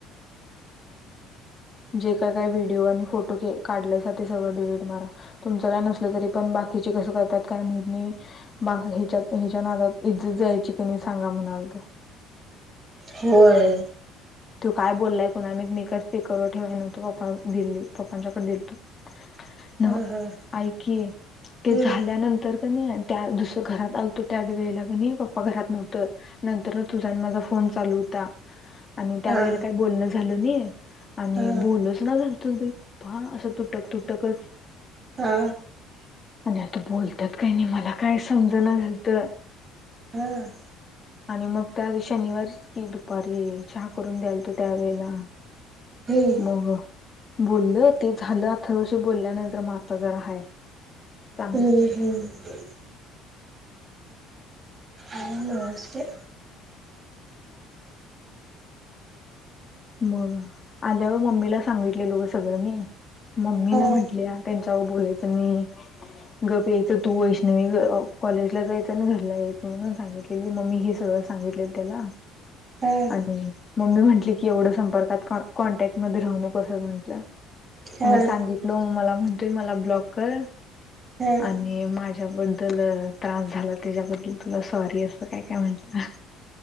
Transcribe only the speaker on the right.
होय
हा हा
हम्म
हा
हा
हा
हम
हम्म
हम हम् आहे ना व्यवस्थित?
हा
हा
हा
हा